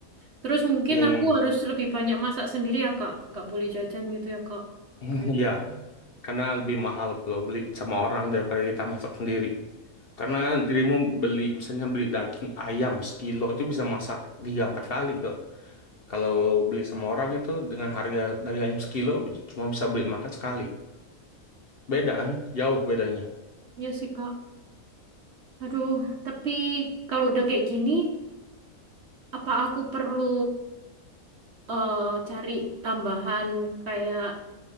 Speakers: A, on the right; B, on the left.
A: Terus mungkin
B: yang
A: aku harus lebih banyak masak sendiri ya Kak, nggak boleh jajan gitu ya Kak.
B: <laughs>
A: Kayak
B: ya karena lebih mahal kalau beli sama orang daripada kita masak sendiri. Karena dirimu beli misalnya beli daging ayam sekilo itu bisa masak tiga empat kali tuh. Kalau beli sama orang itu dengan harga daging ayam sekilo cuma bisa beli makan sekali. Beda kan? Jauh bedanya.
A: Iya sih Kak. Aduh, tapi kalau udah kayak gini, apa aku perlu eh, cari tambahan kayak